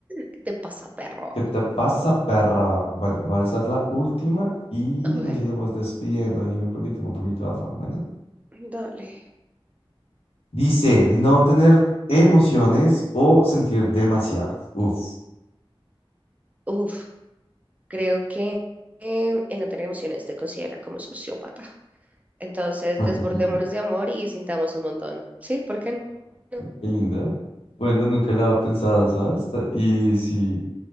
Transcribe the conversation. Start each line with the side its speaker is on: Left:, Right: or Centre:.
Right: ¿Qué te pasa, perro?
Left: ¿Qué te pasa, perra? Bueno, voy a hacer la última y
Right: A ver.
Left: nos iremos despidiendo. Dime porque tengo un poquito de afán. Bueno,
Right: Dale.
Left: dice no tener emociones o sentir demasiado. Uf.
Right: Uf, creo que eh, el no tener emociones te considera como sociópata. Entonces,
Left: <laughs>
Right: desbordémonos de amor y sintamos un montón. Sí, ¿por qué no?
Left: Qué lindo. Bueno, nunca lo había pensado, ¿sabes? Ta- Y sí,